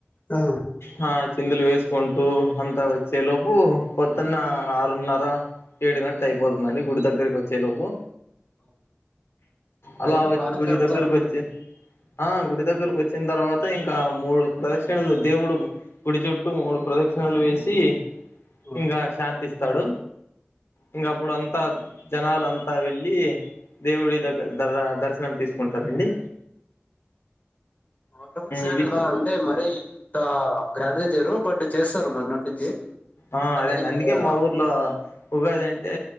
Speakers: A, on the left; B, on the left.
A: ఆ!
B: హా! చిందులు వేసు తీసుకుంటూ అంతా వచ్చేలోపు పొద్దున్న ఆరున్నర ఏడు గంటలు అయిపోతుందండి గుడి దగ్గరికి వచ్చే లోపు.
A: అవును. అదైతే
B: అలా వచ్
A: బానే
B: గుడి
A: జరుపుతారు.
B: దగ్గరకి వచ్చె. ఆ గుడి దగ్గర కొచ్చి వచ్చిన తర్వాత, ఇంకా మూడు ప్రదక్షిణలు దేవుడు గుడి చుట్టూ మూడు ప్రదక్షిణలు వేసి,
A: హ్మ్.
B: ఇంకా శాంతిస్తాడు. ఇంగా అప్పుడు అంతా జనాలు అంతా వెళ్ళి దేవుడి దగ్గర దర్శనం తీసుకుంటారండి
A: ఆ హు
B: ఇది
A: అంటే మరి ఇంత గ్రాండ్ గా జరు బట్ చేస్తారు మొన్నటి నాటి నుంచి
B: ఆ
A: అది
B: అదేండి అందుకే
A: ఆహ్,
B: మా ఊర్లో ఉగాది అంటే